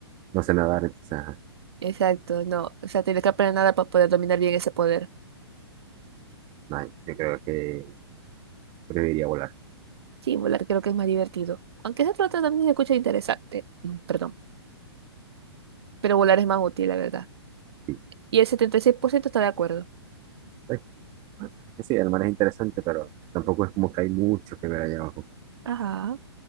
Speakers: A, on the right; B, on the right.
A: No sé nadar, entonces, ajá.
B: Exacto, no. O sea, tienes que aprender nada para poder dominar bien ese poder.
A: No, yo creo que preferiría volar.
B: Sí, volar creo que es más divertido. Aunque ese otro también se escucha interesante. Mm, Perdón. Pero volar es más útil, la verdad.
A: Sí,
B: Y el 76% está de acuerdo.
A: Pues, es que sí, el mar es interesante, pero tampoco es como que hay mucho que ver allá abajo.
B: Ajá,